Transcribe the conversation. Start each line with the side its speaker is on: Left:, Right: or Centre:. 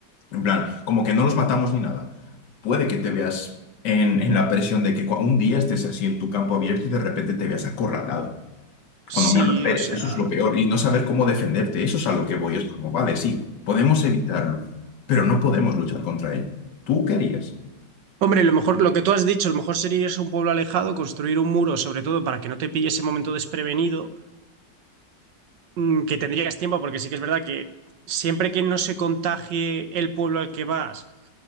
Left: en plan, como que no los matamos ni nada. Puede que te veas en, en la presión de que cua- un día estés así en tu campo abierto y de repente te veas acorralado,
Right: Sí,
Left: cuando menos lo esperes,
Right: o sea,
Left: eso es lo peor, y no saber cómo defenderte, eso es a lo que voy, es como, vale, sí, podemos evitarlo, pero no podemos luchar contra ello. ¿Tú qué harías?
Right: Hombre, lo mejor, lo que tú has dicho, lo mejor sería irse a un pueblo alejado, construir un muro, sobre todo para que no te pille ese momento desprevenido, mm, que tendrías tiempo, porque sí que es verdad que siempre que no se contagie el pueblo al que vas,